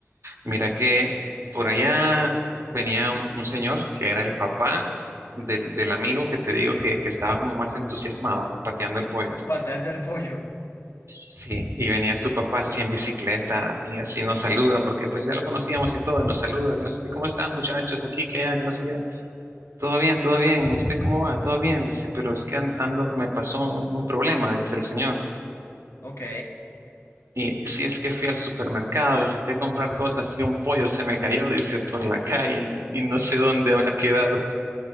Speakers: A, on the right (about 70°); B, on the left (about 75°).
A: Mira que por allá venía un, un señor que era el papá del, del amigo que te digo que, que estaba como más entusiasmado pateando el pollo.
B: Pateando el pollo.
A: Sí, y venía su papá así en bicicleta y así nos saluda porque pues ya lo conocíamos y todo y nos saluda, que no sé qué, ¿cómo están muchachos aquí, que allá, que no sé qué? Todo bien, todo bien. ¿Y usted cómo va? Todo bien, dice, pero es que an- ando, me pasó un, un problema, dice el señor.
B: Ok.
A: Y si es que fui al supermercado, dice, fui a comprar cosas y un pollo se me cayó, dice, por la calle y, y no sé dónde habrá quedado. <laughs>